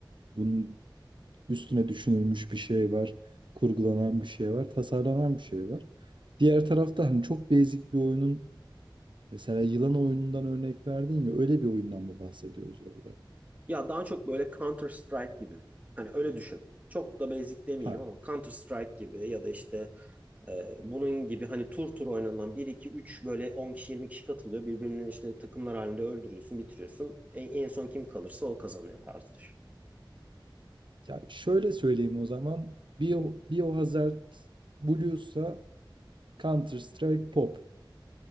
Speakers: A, on the right; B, on the right.
A: bunun üstüne düşünülmüş bir şey var, kurgulanan bir şey var, tasarlanan bir şey var. Diğer tarafta, hani, çok basic bir oyunun, mesela yılan oyunundan örnek verdin ya, öyle bir oyundan mı bahsediyoruz orada?
B: Ya daha çok böyle Counter Strike gibi. Hani öyle düşün. Çok da basic demeyelim
A: Ha.
B: ama Counter Strike gibi ya da işte Ee, bunun gibi hani tur tur oynanılan bir 2 üç böyle 10 kişi 20 kişi katılıyor. Birbirinin işte takımlar halinde öldürüyorsun, bitiriyorsun. En, en son kim kalırsa o kazanıyor tarzıdır.
A: Yani şöyle söyleyeyim o zaman. Bio, Biohazard Blues'a Counter Strike Pop.